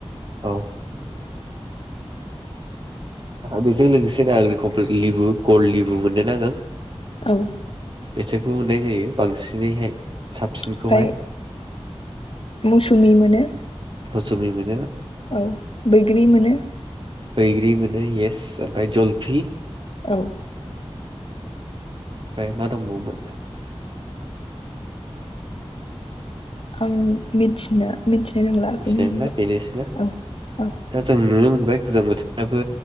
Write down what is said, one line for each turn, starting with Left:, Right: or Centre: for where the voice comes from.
Right: औ बेजों लोगोसे दा खौ लिबु गल लिबु मोनो नागोन
Left: औ
Right: बेसोरखौ मोननाय जायो बांसिनैहाय साबसिनखौहाय
Left: ओमफाय मौसुमि मोनो
Right: मौसुमै मो
Left: औ बैग्रि मोनो
Right: बैग्रि मोनो येस ओमफाय जलफि
Left: औ
Right: ओमफ्राय मा दंबावोमोन?
Left: आं मिथिनो मिथिनो रोंला
Right: मिथिनाय
Left: बेनि
Right: मोनला
Left: अनगा
Right: बेनोसैना
Left: औ औ
Right: दा जोंनों बाय गोजां बोथोराबो